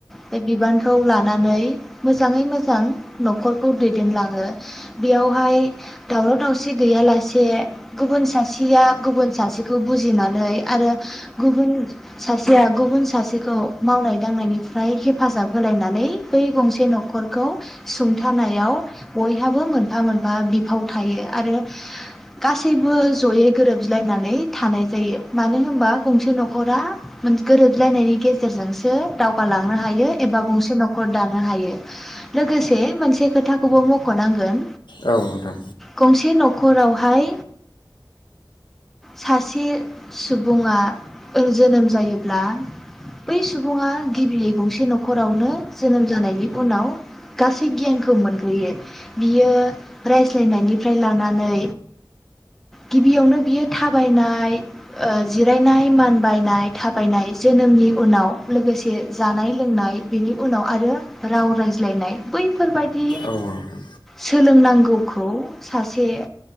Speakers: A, in the centre; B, on the left.
A: बे बिबानखौ लानानै मोजाङै मोजां न'खरखौ दैदेनलाङो बेयावहाय दावराव दावसि गैयालासे गुबुन सासेया गुबुन सासेखौ बुजिनानै आरो गुबुन सासेया गुबुन सासेखौ मावनाय दांनायनिफ्राय हेफाजाब होलायनानै बै गंसे नखरखौ सुंथानायाव बयहाबो मोनफा मोनफा बिफाव थायो आरो गासैबो जयै गोरोब्लायनानै थानाय जायो मानो होनबा गंसे नखरा गोरोब ज्लायनायनि गेजेरजोंसो दावगालांनो हायो एबा गंसे नखर दानो हायो लोगोसे मोनसे खोथाखौबो मख'नांगोन
B: औ नोंथां
A: गंसे न'खरावहाय सासे सुबुङा जोनोम जायोब्ला बै सुबुङा गिबियै गंसे नखरावनो जोनोम जानायनि उनाव गासै गियानखौ मोनग्रोयो बियो रायज्लायनायनिफ्राय लानानै गिबियावनो बियो थाबायनाय ओ जिरायनाय मानबायनाय थाबायनाय जोनोमनि उनाव लोगोसे जानाय लोंनाय बेनि उनाव आरो राव रायज्लायनाय बैफोरबायदि
B: औ नोंथां।
A: सोलों नांगौखौ सासे